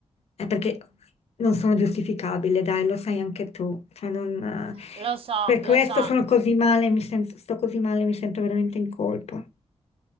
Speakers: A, on the left (about 70°); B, on the right (about 60°).
A: eh, perché non sono giustificabile, dai, lo sai anche tu. Cioè, non, eh,
B: lo so,
A: Per questo
B: lo so.
A: sono così male, mi sento, sto così male, mi sento veramente in colpa.